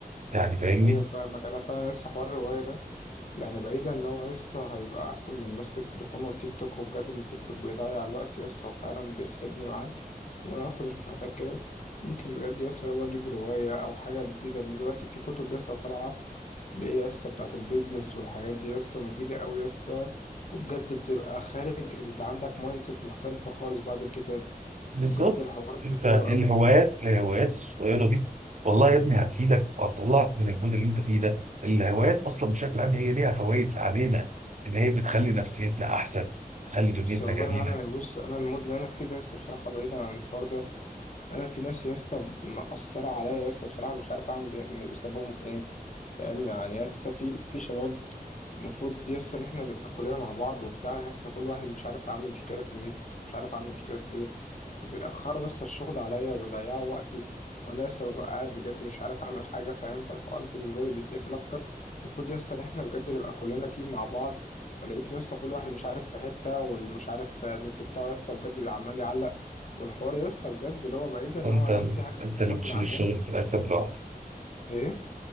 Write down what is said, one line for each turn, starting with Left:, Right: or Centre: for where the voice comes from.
Right: يعني فاهمني
Left: أيوه فاهمك أنا فعلا لسه حوار الرواية ده يعني بعيدا ان هو يا اسطى هيبقى احسن من ماسك التليفون والتيك توك وبجد ان التيك توك بيضيع الوقت يا اسطى وفعلا بيسحبني معاه وانا اصلا مش محتاج كده ممكن بجد يا اسطى لو اجيب روايه او حاجه مفيده اللي دلوقتي في كتب يا اسطى طالعه اللي هي يا اسطى بتاعه البيزنس والحاجات دي يا اسطى مفيده قوي يا اسطى وبجد بتبقى خارج انت عندك مايند سيت مختلفه خالص بعد الكتاب
Right: بالظبط
Left: وبجد الحوار
Right: انت
Left: ده حلو
Right: إيه
Left: قوي
Right: الهوايات الهوايات الصغيره دي والله يا ابني هتفيدك وهتطلعك من المود اللي انت فيه ده الهوايات اصلا بشكل عام هي ليها فوائد علينا ان هي بتخلي نفسيتنا احسن تخلي دنيتنا
Left: بس والله
Right: جميله
Left: يا معلم يعني بص انا المود اللي انا فيه ده لسه بصراحه بعيدا عن الحوار ده انا في ناس يا اسطى مأثرة عليا يا اسطى بصراحة مش عارف اعمل بي- بسببهم ايه فاهم يعني يا اسطى في في شباب المفروض يس ان احنا نبقى كلنا مع بعض وبتاع يس كل واحد مش عارف عنده مشكله في النت ومش عارف عنده مشكله في ايه بيأخروا يس الشغل عليا وبيضيعوا وقتي وانا لسه ببقى قاعد بجد مش عارف اعمل حاجه فاهم فالحوار بالنسبه لي بيتقفل اكتر المفروض يس ان احنا بجد نبقى كلنا تيم مع بعض فلقيت يس كل واحد مش عارف في حته واللي مش عارف النت بتاعه يس بجد بيعمال يعلق والحوار يس بجد اللي هو بعيد ان
Right: فانت
Left: هو عامل
Right: ال...
Left: فيه حاجه بتبقى
Right: انت اللي
Left: غصب
Right: بتشيل
Left: عنهم
Right: الشغل في الاخر لوحدك
Left: ايه